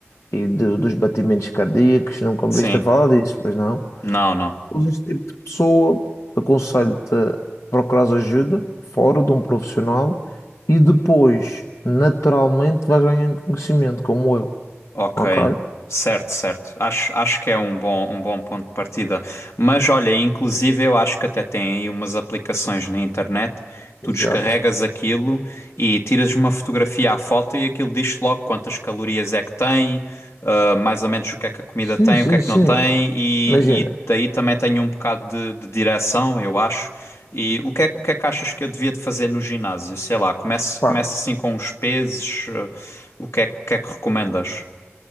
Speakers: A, on the left; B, on the left.
A: e de- dos batimentos cardíacos, nunca me
B: Sim.
A: viste a falar disso, pois não?
B: Não, não.
A: Pois este tipo de pessoa, aconselho-te a procurar ajuda fora de um profissional e depois, naturalmente, vais ganhando conhecimento, como eu,
B: Ok,
A: ok?
B: certo, certo. Acho, acho que é um bom, um bom ponto de partida. Mas olha, inclusive eu acho que até tem aí umas aplicações na internet que tu
A: Exato.
B: descarregas aquilo e tiras uma fotografia à foto e aquilo diz-te logo quantas calorias é que tem, ah, mais ou menos o que é que a comida
A: Sim,
B: tem,
A: sim,
B: o que é que
A: sim.
B: não tem, e,
A: Imagina,
B: e daí também tem um bocado de, de direção, eu acho. E o que é, que o que é que achas que eu devia de fazer no ginásio? Sei lá, começo,
A: pá.
B: começo assim com os pesos, ah, o que é, que é que recomendas?